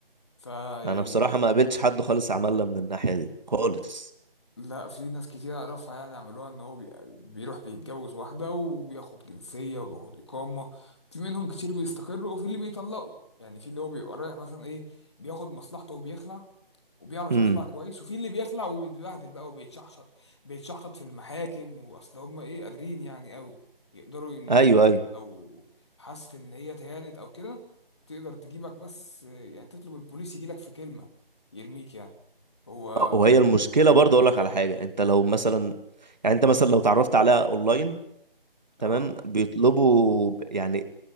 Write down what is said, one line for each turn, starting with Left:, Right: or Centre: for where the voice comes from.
Left: فيعني
Right: انا بصراحه ما قابلتش حد خالص عملنا من الناحيه دي خالص
Left: لا في ناس كتير اعرفها يعني عملوها ان هو بي- بيروح بيتجوز واحده وبياخد جنسيه وبياخد اقامه في منهم كتير بيستقروا وفي اللي بيطلقوا يعني في اللي هو بيبقى رايح مثلا ايه بياخد مصلحته وبيخلع وبيعرف
Right: امم
Left: يخلع كويس وفي اللي بيخلع وبيتبهدل بقى وبيتشحشط بيتشحطط في المحاكم واصل هم ايه قادرين يعني قوي يقدروا ان
Right: ايوه
Left: هم
Right: ايوه
Left: لو حست ان هي تهانت او كده تقدر تجيبك بس يعني تطلب البوليس يجيلك في كلمه يرميك يعني هو
Right: وهي المشكله برضه اقول لك على حاجه انت لو مثلا يعني انت مثلا لو اتعرفت عليها اونلاين
Left: اه
Right: تمام بيطلبوا ب- يعني